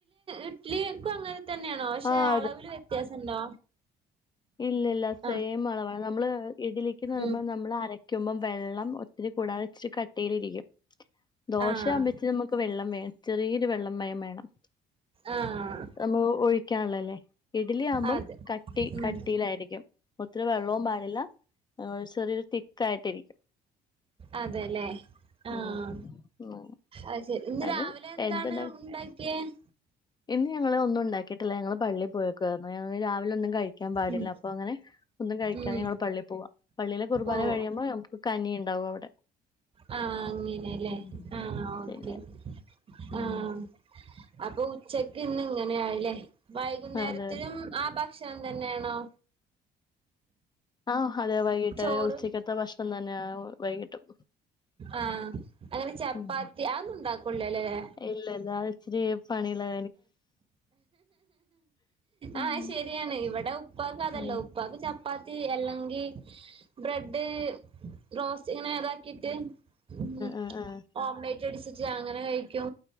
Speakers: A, on the right (about 35°); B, on the left (about 25°).
A: ഇഡ്ലിക്കും അങ്ങനെ തന്നെയാണോ പക്ഷെ
B: ആഹ്
A: അളവിൽ വ്യത്യാസണ്ടോ
B: ഇല്ല ഇല്ല സെയിം
A: ആഹ്
B: അളവാണ് നമ്മള് ഇഡലിക്ക്ന്ന് പറുമ്പ
A: ഉം
B: നമ്മള് അരക്കുമ്പോം വെള്ളം കൂടാതെ ഇച്ചിരി കട്ടീൽ ഇരിക്കും ദോശയാമ്പത്തിന്
A: ആഹ്
B: നമുക്ക് വെള്ളം വേണം ചെറിയൊരു വെള്ളം മയം വേണം
A: ആഹ്
B: നമ്മ ഒഴിക്കാനുള്ളല്ലേ ഇഡലിയാകുമ്പം
A: അതെ
B: കട്ടി
A: ഉം
B: കട്ടിയിലായിരിക്കും ഒത്തിരി വെള്ളവും പാടില്ല അ ചെറിയരു തിക്കായിട്ടിരിക്കും
A: അതെല്ലേ ആഹ്
B: ഉം ഉം.
A: അയ് ശരി ഇന്ന്
B: അതിനും
A: രാവിലെ എന്താണ്
B: എന്തുണ്ടാ
A: ഉണ്ടാക്കിയത്
B: ഇന്ന് ഞങ്ങള് ഒന്നും ഉണ്ടാക്കിയിട്ടില്ല ഞങ്ങള് പള്ളി പോയേക്കുവായിരുന്നു ഞങ്ങള് രാവിലെ ഒന്നും കഴി കഴിക്കൻ പാടില്ല
A: ഉം
B: അപ്പൊ അങ്ങനെ ഒന്നും കഴിക്കാൻ
A: ഉം
B: ഞങ്ങള് പള്ളിൽ പോവാ പള്ളിയിലെ കുർബാന
A: ഓഹ്
B: കഴിയുമ്പോ നമുക്ക് കനി ഉണ്ടാവും അവിടെ
A: ആഹ് അങ്ങനെല്ലേ
B: ഉം.
A: ആഹ് ഓക്കേ
B: പിന്നെ ഉം
A: ആഹ് അപ്പൊ ഉച്ചക്ക് ഇന്ന് ഇങ്ങനെയായില്ലേ വൈകുന്നേരത്തിലും
B: അതെ
A: ആ ഭക്ഷണം തന്നെയാണോ
B: ആഹ് അതെ വൈകിട്ട്
A: ചോറ്
B: ഉച്ചക്കത്തെ ഭക്ഷണം തന്നെയ വൈകിട്ടും
A: ആഹ് അങ്ങനെ ചപ്പാത്തി
B: ഉം
A: അന്ന ഉണ്ടാക്കള്ളോ അല്ലേല്ലേ
B: ഇല്ല ഇല്ല <unintelligible> ഉം
A: ആഹ് ശരിയാണ് ഇവിടെ ഉപ്പക്കാതല്ലോ
B: ആഹ്
A: ഉപ്പ ഉപ്പാക്ക് ചപ്പാത്തി അല്ലെങ്കി ബ്രെഡ് റോസ്റ്റ് ഇങ്ങനെ താക്കിട്ട് ഉം
B: ആഹ് ആഹ്
A: ഓമ്പേറ്റ് അടിച്ചിട്ട് അങ്ങനെ കഴ